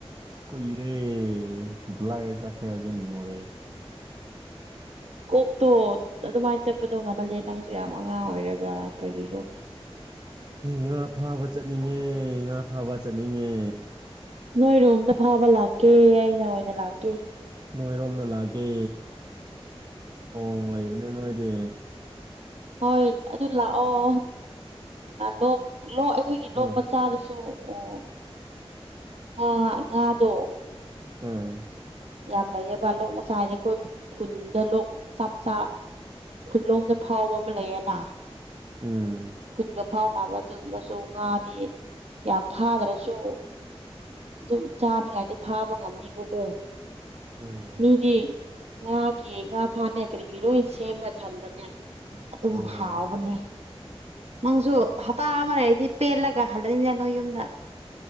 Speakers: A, on the right; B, on the right.
A: ꯀꯨꯏꯔꯦ ꯕ꯭ꯂꯔ ꯆꯠꯈ꯭ꯔꯦ ꯍꯧꯖꯤꯛ ꯃꯤꯃꯣꯔꯤ
B: ꯀꯣꯛꯇꯣ ꯑꯗꯨꯃꯥꯏꯅ ꯆꯠꯄꯗꯣ ꯉꯝꯍꯜꯂꯦ ꯅꯪꯁꯨ ꯌꯥꯝ ꯑꯉꯥꯡ ꯑꯣꯏꯔꯒ ꯀꯔꯤꯅꯣ
A: ꯉꯥ ꯐꯥꯕ ꯆꯠꯅꯤꯡꯉꯦ ꯉꯥ ꯐꯥꯕ ꯆꯠꯅꯤꯡꯉꯦ
B: ꯅꯣꯏ ꯔꯣꯝꯗ ꯐꯥꯕ ꯂꯥꯛꯀꯦ ꯑꯩꯅ ꯑꯣꯏꯅ ꯂꯥꯛꯀꯦ
A: ꯅꯣꯏꯔꯣꯝꯗ ꯂꯥꯛꯑꯀꯦ ꯊꯣꯡ ꯂꯩꯕꯅꯤ ꯅꯣꯏꯗꯤ
B: ꯍꯣꯏ ꯑꯗꯨ ꯂꯥꯛꯑꯣ ꯂꯣꯛ ꯂꯣꯛ ꯑꯩꯈꯣꯏꯒꯤ ꯂꯣꯛ
A: ꯑꯣ
B: ꯃꯆꯥꯗꯨꯁꯨ ꯑꯣ ꯉꯥ ꯉꯥꯗꯣ
A: ꯎꯝ
B: ꯌꯥꯝ ꯂꯩꯌꯦꯕ ꯂꯣꯛ ꯃꯆꯥ ꯍꯥꯏꯗꯤ ꯑꯩꯈꯣꯏ ꯈꯨꯟꯗ ꯂꯣꯛ ꯃꯆꯥ ꯃꯆꯥ ꯈꯨꯠꯂꯣꯝꯗ ꯐꯥꯎꯕ ꯑꯃ ꯂꯩꯌꯦꯅ
A: ꯎꯝ
B: ꯈꯨꯟꯒ ꯐꯥꯎꯅꯕ ꯑꯗꯨꯒꯨꯝꯕꯁꯨ ꯉꯥꯗꯤ ꯌꯥꯝ ꯐꯥꯗ꯭ꯔꯁꯨ ꯑꯗꯨꯝ ꯆꯥꯅꯤꯡꯉꯥꯏꯗꯤ ꯐꯥꯕ ꯉꯝꯅꯤꯕꯨꯀꯣ
A: ꯎꯝ
B: ꯃꯤꯗꯤ ꯉꯥꯒꯤ ꯉꯥ ꯐꯥꯅ ꯀꯔꯤ ꯀꯔꯤ ꯂꯣꯏ ꯁꯦꯝꯃ ꯊꯝꯕꯅꯦ ꯑꯗꯨꯝ
A: ꯑꯣ
B: ꯍꯥꯎꯕꯅꯦ ꯅꯪꯁꯨ ꯍꯞꯇꯥ ꯑꯃ ꯂꯩꯔꯗꯤ ꯄꯦꯜꯂꯒ ꯍꯜꯂꯅꯤꯗ ꯅꯣꯏ ꯌꯨꯝꯗ